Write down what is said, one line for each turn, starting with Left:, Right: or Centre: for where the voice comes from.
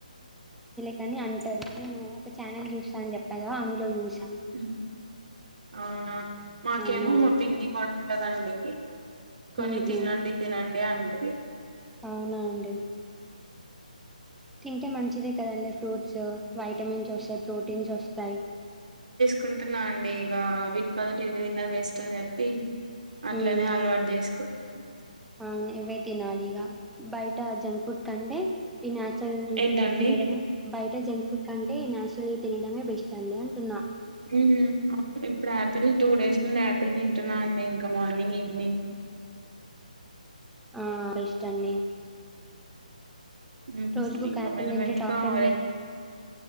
Centre: కాని అంటరు నేను ఒక ఛానల్ చూస్తా అని చెప్పగా అందులో చూస్
Right: హ్ అవునా మాకేమో
Centre: అవునండి
Right: మా పిన్ని కూడా ఇత్తదండి. కొని
Centre: ఊహు
Right: తినండి తినండి అంటది.
Centre: అవునా అండి తింటే మంచిదే కదండి ఫ్రూట్స్ వైటమిన్స్ వస్తయి. ప్రోటీన్స్ వస్తాయి.
Right: కుంటున్నా అండి ఇగ వీటి బదులు ఇవి తిన్నది బెస్ట్ అని చెప్పి అట్లనే
Centre: హ్
Right: అలవాటు చేసుకుంటున్నాం
Centre: అవును ఇవి తినాలి ఇగ బయట జంక్ ఫుడ్ కంటే ఈ నా చూరల్ ఇవి
Right: ఏంటండి
Centre: తినడమే బయ జంక్ ఫుడ్ కంటే నాచూరల్ తినడమే బెస్ట్ అండి అంటున్నా.
Right: ఉమ్, అవును ఇప్పుడు ఆయాపిల్ టూ డేస్ నుండి ఆపిల్ తింటున్నా అండి ఇంకా మార్నింగ్ ఈవినింగ్.
Centre: ఆ బెస్ట్ అండి.
Right: ఉమ్
Centre: రోజుకు ఒక
Right: ఇంక
Centre: యాపిల్
Right: మెల్లి
Centre: తింటే
Right: మెల్లిగా
Centre: డాక్టర్ని
Right: <inaudible>